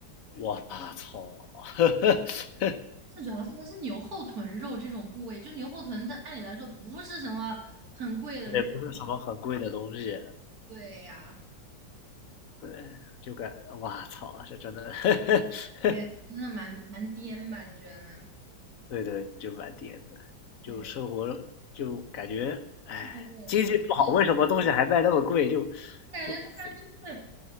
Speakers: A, on the left; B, on the right.
A: 我操，<laughs>
B: 最主要是它是牛后臀肉这种部位，就牛后臀，它按理来说不是什么很贵的肉。
A: 那也不是什么很贵的东西，
B: 对呀、
A: 对，就感哇操，这真的，<laughs> 呵呵
B: 哎，真的蛮蛮颠吧？你觉得呢
A: 对对，就蛮跌的，就生活就感觉哎，
B: 对，之后我啥？
A: 经济不好，
B: 我
A: 为什么东西还卖那么贵？就
B: 感觉突然就是
A: 就肥，